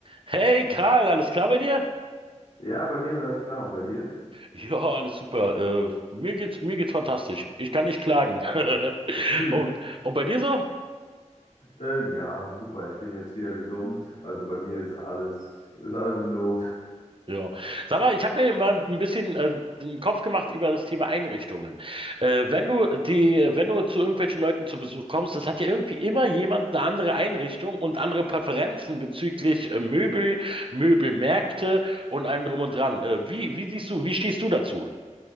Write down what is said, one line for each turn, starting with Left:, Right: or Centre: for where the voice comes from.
Right: Hey Karl, alles klar bei dir?
Left: Ja, bei mir ist alles klar und bei dir?
Right: Ja, alles super. Äh, mir geht's, mir geht's fantastisch. Ich kann nicht klagen. <laughs>
Left: Hm.
Right: Und, und bei dir so?
Left: Äh, ja, super. Ich bin jetzt wieder gesund. Also bei mir ist alles, ist alles im Lot.
Right: Ja. Sag mal, ich habe mir mal ein bisschen äh, den Kopf gemacht über das Thema Einrichtungen. Äh, wenn du die, wenn du zu irgendwelchen Leuten zu Besuch kommst, das hat ja irgendwie immer jemand eine andere Einrichtung und andere Präferenzen bezüglich äh, Möbel, Möbelmärkte und allem drum und dran. Äh, wie, wie siehst du, wie stehst du dazu?